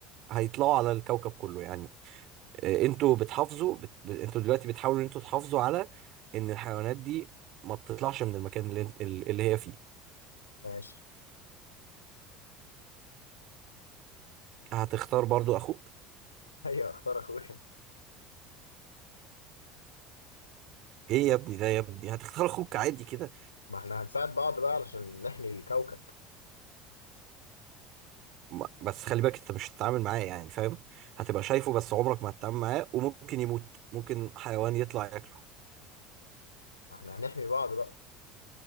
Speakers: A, on the right; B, on the left.
A: هيطلعوا على الكوكب كله يعني آه، انتوا بتحافظوا بت... ب- انتوا دلوقتي بتحاولوا ان انتوا تحافظوا على ان الحيوانات دي ما تطلعش من المكان اللي انت- اللي هي فيه
B: ماشي
A: هتختار برضو اخوك
B: <laughs> ايوه اختار اخويا
A: ايه يا ابني ده يا ابني هتختار اخوك عادي كده
B: ما احنا هنساعد بعض بقى علشان نحمي الكوكب
A: ما- بس خلي بالك انت مش هتتعامل معاه يعني فاهم هتبقى شايفه بس عمرك ما هتتعامل معاه وممكن يموت ممكن حيوان يطلع ياكله
B: ما احنا هنحمي بعض بقى